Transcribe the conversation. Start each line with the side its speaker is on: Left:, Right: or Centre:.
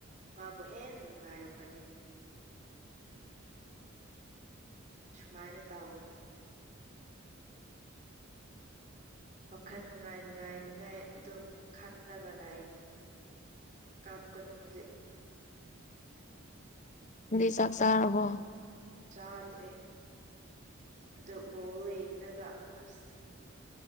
Right: ꯃꯥꯕꯨ ꯍꯦꯟꯅ ꯅꯨꯡꯉꯥꯏꯔꯝꯃꯅꯤ ꯁꯨꯃꯥꯏꯅ ꯇꯥꯒꯅ ꯋꯥꯈꯜ ꯅꯨꯡꯉꯥꯏ ꯅꯨꯡꯉꯥꯏꯅꯤꯉꯥꯏ ꯑꯗꯨꯝ ꯈꯜꯂꯒꯥ ꯂꯥꯛꯑꯦ ꯀꯥꯞꯀꯅꯨ ꯍꯧꯖꯤꯛ
Left: ꯗꯤ ꯆꯥꯛ ꯆꯥꯔꯔꯕꯣ
Right: ꯆꯥꯗ꯭ꯔꯦ ꯑ ꯕꯣꯜ ꯌꯦꯡꯂꯒ ꯑꯁ